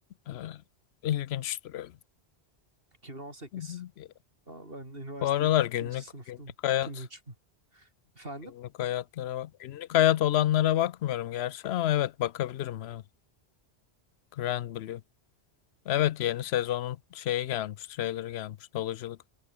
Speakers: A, on the left (about 75°); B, on the right (about 60°).
A: Ee, ilginç duruyor.
B: 2018.
A: Hı hı.
B: Aa, Ben üniversite
A: Bu aralar günlük
B: ikinci sınıftım.
A: günlük hayat
B: 2 mi 3 mü? Efendim?
A: günlük hayatlara bak. Günlük hayat olanlara bakmıyorum gerçi ama evet bakabilirim. Evet. Grand Blue. Evet yeni sezonun şeyi gelmiş, trailerı gelmiş. Dalıcılık.